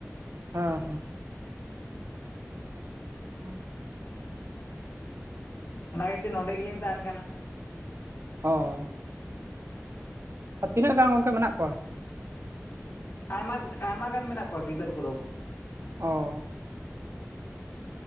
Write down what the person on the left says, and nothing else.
ᱚᱱᱟ ᱠᱷᱟᱹᱛᱤᱨ ᱱᱚᱰᱮ ᱜᱮᱞᱤᱧ ᱛᱟᱦᱮᱱ ᱠᱟᱱᱟ
ᱟᱭᱢᱟ ᱟᱭᱢᱟ ᱜᱟᱱ ᱢᱮᱱᱟᱜ ᱠᱚᱣᱟ ᱜᱤᱫᱟᱹᱨ ᱠᱚᱫᱚ